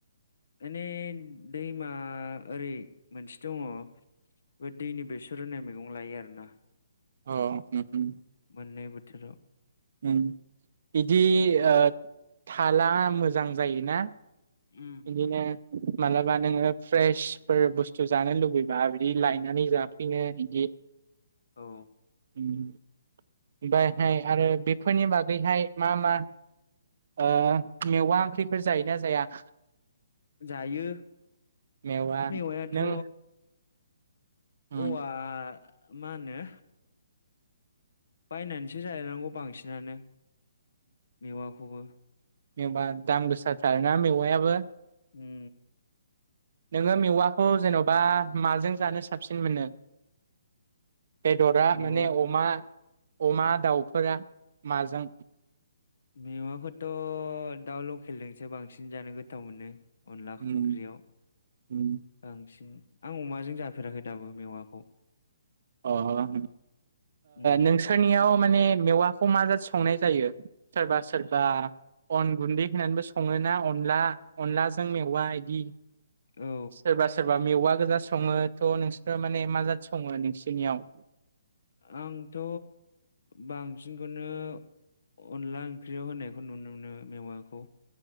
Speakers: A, on the left; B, on the right.
A: माने दैमा ओरै मोनसे दङ। बे दैनि बेसर होनाय मैगं लायो आरोना।
B: अ अम उम
A: मोननै बोथोराव
B: ओम बिदि ओ थाला मोजां जायोना।
A: उम
B: बिदिनो मालाबा नोङो फ्रेसफोर बुस्थु जानो लुुबैबा बिदि बिदि लायनानै जाफिनो बिदि
A: औ
B: ओमफायहाय आरो बेफोरनि बागैहाय मा मा ओ मेवा ओंख्रिफोर जायोना जाया।
A: जायो
B: मेवा
A: मेवायाथ'
B: नों उम
A: औवा मा होनो बायनानैसो जानांगौ बांसिनानो मेवाखौबो।
B: जेनेबा दाम गोसा थारना मेवायाबो।
A: उम
B: नोङो मेवाखौ जेन' बा माजों जानो साबसिन मोनो। बेदरा
A: मेवा
B: माने अमा अमा दाउफोरा माजों
A: मैवाखौथ' दाउ लकेलजोंसो बांसिन जानो गोथाव मोनो। अनला
B: उम
A: ओंख्रियाव
B: उम
A: बांसिन आं अमाजों जाफेराखै दाबो मेवाखौ।
B: अ ओ
A: उम
B: नोंसोरनियाव माने मेवाखौ माजो संनाय जायो सोरबा सोरबा अन गुन्दै होनानैबो सङोना अनला अनलाजों मेवा इदि।
A: औ
B: सोरबा सोरबा मेवा गोजा सङो थ' नोंसोरो माने मा जाद सङो नोंसोर नियाव
A: आंथ' बांसिनखौनो अनला ओंख्रियाव होनायखौ नुनो मोनो मेवाखौ।